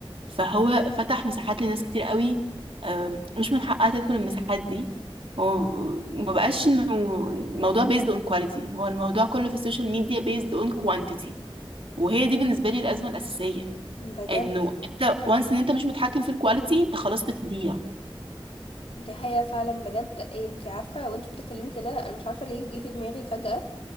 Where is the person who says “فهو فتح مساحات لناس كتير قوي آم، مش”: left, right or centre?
Right